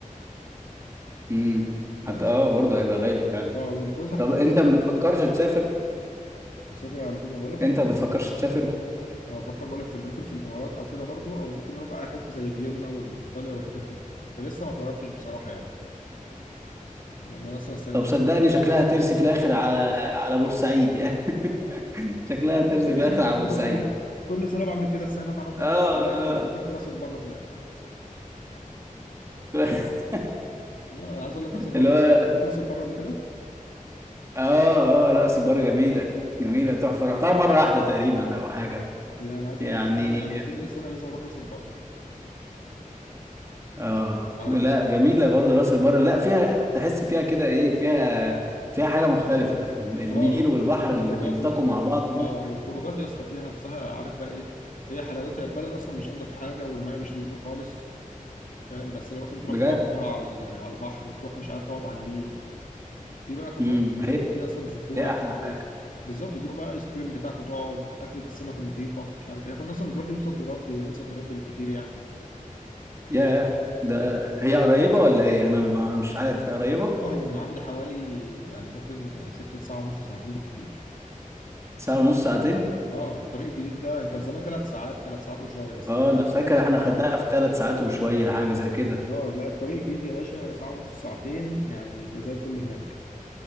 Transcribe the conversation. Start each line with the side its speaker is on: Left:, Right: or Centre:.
Right: امم
Left: بس
Right: حتى اه برضه هيبقى غالي فعلا
Left: اه والفسح
Right: طب
Left: برضو
Right: انت
Left: بتختلف
Right: ما بتفكرش تسافر
Left: مسافر على فين ما بقول لك
Right: انت
Left: انا ممكن
Right: ما بتفكرش
Left: بفكر
Right: تسافر
Left: اه بفكر بقول لك في ممكن في الامارات او كده برضو او ممكن نروح بقى حته زي فيينا وايطاليا والحتت دي فلسه ما قررتش بصراحه يعني لان انا اصلا السنه
Right: طب
Left: دي
Right: صدقني شكلها هترسي في الاخر على على بورسعيد يعني <laughs> شكلها
Left: آه،
Right: هترسي
Left: كل
Right: في الاخر
Left: سنه <laughs>
Right: على
Left: اه
Right: بورسعيد
Left: هي كل سنه بعمل كده السنه اللي فاتت عملت
Right: اه
Left: نفس الكلام
Right: آه.
Left: وسافرت راس البر في الاخر
Right: <laughs>
Left: والله انا عايز اقول لك راس البر
Right: اللي هو
Left: خليت راس البر قبل كده
Right: اه اه رأس البر جميلة جميلة تحفة رحتها مرة واحدة تقريبا او حاجة
Left: لا انا عايز
Right: يعني
Left: اقول لك ان انا يعني كل سنه لازم اروح راس البر
Right: اه
Left: عارف
Right: لا جميلة برضه راس البر لا فيها تحس فيها كده ايه فيها فيها حاجة مختلفة ال- النيل
Left: اه
Right: والبحر
Left: الخروجات
Right: اللي بيلتقوا
Left: والحاجات
Right: مع بعض
Left: دي
Right: دول،
Left: اه والخروجات يا اسطى فيها نفسها عارف بقى ايه هي حلاوتها البلد اصلا مش انضف حاجه والميه مش نظيفه خالص فاهم بس لو مثلا تروح
Right: بجد
Left: تقعد بقى على على البحر تروح مش عارف تقعد على النيل في بقى كافيهات
Right: امم
Left: كتير
Right: هي
Left: وفي اصلا صخور
Right: هي
Left: عايز
Right: احلى حاجة
Left: ايه بالظبط تجيب بقى ايس كريم بتاعك وتقعد اكله السمك النظيفه مش عارف ايه كنا اصلا بنروح يوم صد رد يومين صد رد بالكتير يعني
Right: يا
Left: هي
Right: ده هي قريبة ولا ايه انا ما مش عارف هي قريبة
Left: اه هي من عندي حوالي يعني ممكن سكه ساعه ونص ساعتين بالكتير
Right: ساعة ونص ساعتين
Left: اه الطريق الجديد ده كان زمان ثلاث ساعات ثلاث ساعات وشويه بس
Right: اه
Left: الطريق
Right: انا
Left: الجديد
Right: فاكر احنا خدناها في ثلاث ساعات وشوية حاجة زي كده
Left: اه لا الطريق الجديد يا باشا ساعه ونص ساعتين يعني تبقى زي الفل هناك